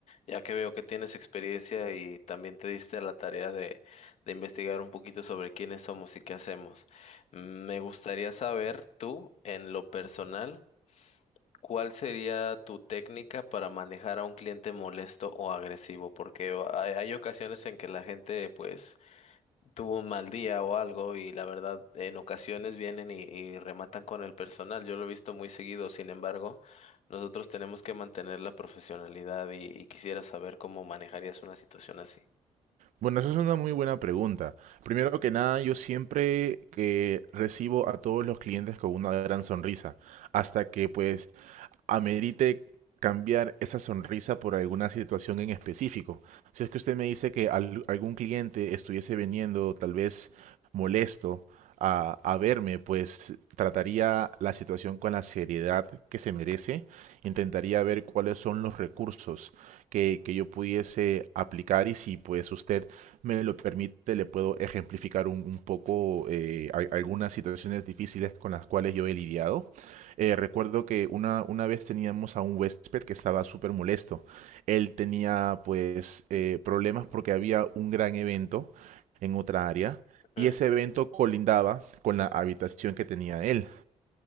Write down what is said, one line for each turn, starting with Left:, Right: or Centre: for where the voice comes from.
Left: ya que veo que tienes experiencia y también te diste a la tarea de, de investigar un poquito sobre quiénes somos y qué hacemos. Mm, Me gustaría saber tú, en lo personal, ¿Cuál sería tu técnica para manejar a un cliente molesto o agresivo? Porque hay, hay ocasiones en que la gente pues tuvo un mal día o algo y la verdad en ocasiones vienen y, y rematan con el personal. Yo lo he visto muy seguido, sin embargo, nosotros tenemos que mantener la profesionalidad y, y quisiera saber cómo manejarías una situación así.
Right: Bueno, eso es una muy buena pregunta. Primero que nada, yo siempre eh, recibo a todos los clientes con una gran sonrisa, hasta que pues amerite cambiar esa sonrisa por alguna situación en específico. Si es que usted me dice que al- algún cliente estuviese viniendo tal vez molesto a, a verme, pues trataría la situación con la seriedad que se merece, intentaría ver cuáles son los recursos que, que yo pudiese aplicar y si pues usted me lo permite, le puedo ejemplificar un, un poco eh, a- algunas situaciones difíciles con las cuales yo he lidiado eh, recuerdo que una, una vez teníamos a un huésped que estaba súper molesto. Él tenía pues eh, problemas porque había un gran evento en otra área
Left: Ujú,
Right: y ese evento colindaba con la habitación que tenía él.